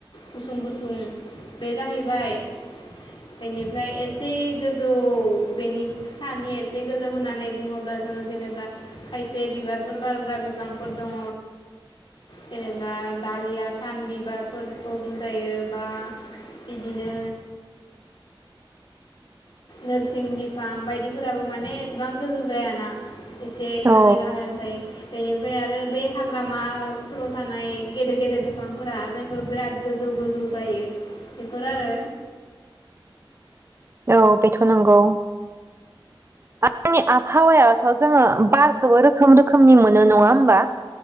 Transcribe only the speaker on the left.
गुसुं गुसुं बे जाहैबाय बेनिफ्राय एसे गोजौ बेनि सानि से गोजौ होननानै बुङोब्ला जोङो जेनेबा खायसे बिबारफोर बारग्रा बिफांफोर दङ जेनेबा दालिया सान बिबारफोरखौ बुंजायो बा बिदिनो नोरसिं बिफां बायदिफोराबो माने एसेबां गोजौ जायाना। एसे गाहाय
गाहाय ओम बेनिफ्राय आरो बे हाग्रामाफोराव थानाय गेदेर गेदेर बिफांफोरा जायफोर बिराद गोजौ गोजौ जायो बेफोर आरो।